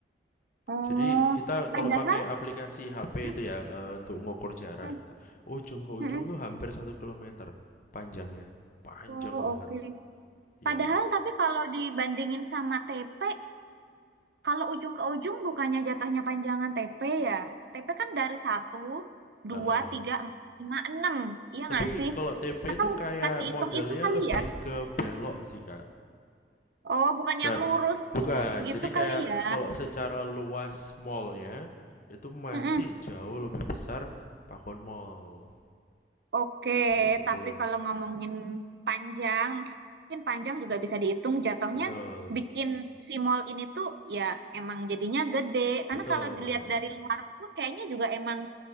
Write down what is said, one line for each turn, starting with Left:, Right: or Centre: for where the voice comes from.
Right: Oh,
Left: Jadi kita kalau
Right: padahal,
Left: pakai aplikasi HP
Right: mm,
Left: itu ya eh, untuk ngukur jarak
Right: mm,
Left: gitu. Ujung ke ujung
Right: mm-mm.
Left: tuh hampir satu kilometer panjangnya, panjang
Right: Oh,
Left: banget.
Right: oke.
Left: Iya,
Right: Padahal tapi kalau dibandingin sama TP, kalau ujung ke ujung bukannya jatuhnya panjangan TP ya? TP kan dari satu, dua,
Left: heeh.
Right: tiga, empat, lima, enam. Iya
Left: Tapi
Right: nggak sih?
Left: kalau TP
Right: Atau
Left: itu kayak
Right: mungkin bukan dihitung
Left: modelnya
Right: itu kali
Left: lebih
Right: ya?
Left: ke belok sih, Kak.
Right: Oh, bukan
Left: Kar-
Right: yang lurus,
Left: bukan.
Right: lurus gitu
Left: Jadi kayak
Right: kali ya?
Left: kalau secara luas mallnya itu masih
Right: Mm-mm.
Left: jauh lebih besar Pakuan Mall.
Right: Oke,
Left: Kayak gitu.
Right: tapi kalau ngomongin panjang, mungkin panjang juga bisa dihitung jatuhnya
Left: Betul.
Right: bikin si mall ini tuh ya emang jadinya gede. Karena
Left: Betul.
Right: kalau dilihat dari luar pun kayaknya juga emang